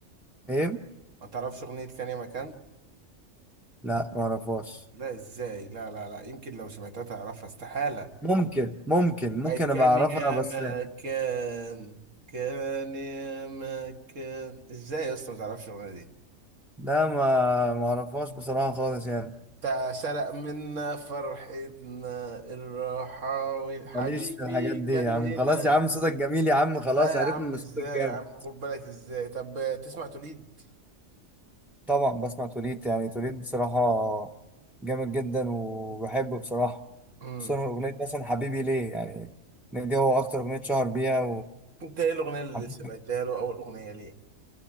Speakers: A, in the centre; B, on the right.
A: إيه؟
B: ما تعرفش اغنية ثانية مكان
A: لا ما أعرفهاش
B: لا ازاي لا لا لا يمكن لو سمعتها تعرفها استحالة
A: ممكن ممكن ممكن
B: بقت كان
A: أبقى أعرفها
B: يا مكان
A: بس
B: كان يا مكان ازاي يا اسطى ما تعرفش الاغنية دي
A: لا ما ما أعرفهاش بصراحة خالص يعني
B: بتاع سرق منا فرحتنا الرحاوي حبيبي
A: ماليش في الحاجات دي
B: كان
A: يا عم
B: هنا
A: خلاص يا عم صوتك جميل يا عم خلاص
B: لا
A: عرفنا
B: يا عم
A: إن
B: ازاي
A: صوتك جامد
B: يا عم خد بالك ازاي طب تسمع توليد
A: طبعا بسمع توليت يعني توليت بصراحة جامد جدا وبحبه بصراحة
B: امم
A: خصوصا أغنية مثلا حبيبي ليه يعني إن دي هو أكتر أغنية شهر بيها
B: انت ايه الاغنيه اللي
A: وحبيبي
B: سمعتها له اول اغنيه ليه